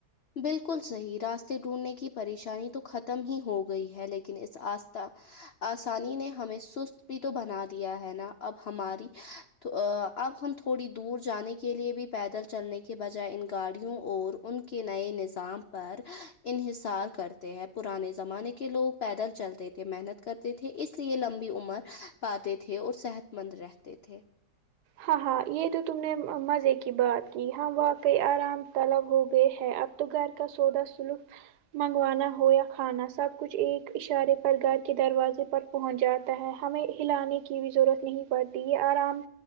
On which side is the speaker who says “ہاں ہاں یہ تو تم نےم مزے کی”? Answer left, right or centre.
Right